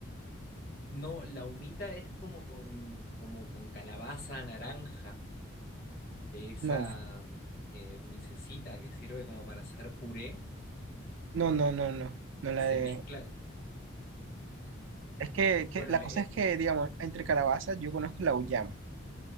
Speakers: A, on the left (about 45°); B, on the right (about 70°).
A: no, la humita es como con, como con calabaza naranja, de esa
B: No.
A: eh, dulcecita que sirve como para hacer puré.
B: No, no, no, no, no la
A: Se
B: de...
A: mezcla,
B: Es que, que
A: bueno,
B: la
A: eh,
B: cosa es que, digamos, entre calabazas yo conozco la uyama,